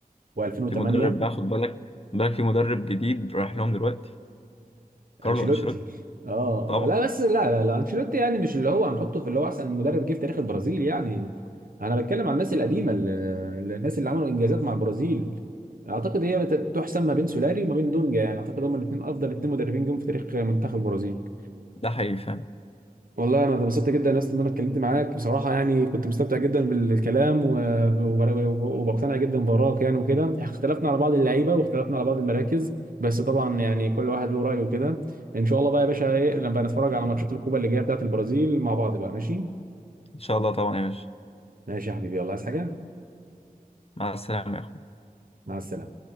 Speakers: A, on the right; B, on the left.
A: و2008
B: في مدرب بقى خد بالك خد بالك في مدرب جديد رايح لهم دلوقتي كارلو
A: انشيلوتي
B: انشيلوتي
A: اه
B: طبعا
A: اه لا بس لا لا لا انشيلوتي يعني مش اللي هو هنحطه في اللي هو احسن مدرب جه في تاريخ البرازيل يعني انا بتكلم عن الناس القديمه ال- ال- الناس اللي عملوا انجازات مع البرازيل اعتقد هي بت- تحسم ما بين سولاري وما بين دونجا يعني اعتقد هما الاثنين افضل اثنين مدربين جم في تاريخ منتخب البرازيل
B: ده حقيقي فعلا
A: والله انا اتبسطت جدا يا اسطى ان انا اتكلمت معاك بصراحه يعني كنت مستمتع جدا بالكلام و- وب- وبقتنع جدا بارائك يعني وكده اختلفنا على بعض اللعيبه واختلفنا على بعض المراكز بس طبعا يعني كل واحد له رايه وكده ان شاء الله بقى يا باشا ايه لما نتفرج على ماتشات الكوبا اللي جايه بتاعه البرازيل مع بعض بقى ماشي
B: ان شاء الله طبعا يا باشا
A: ماشي يا حبيبي يلا عايز حاجه
B: مع السلامه يا أخوي.
A: مع السلامه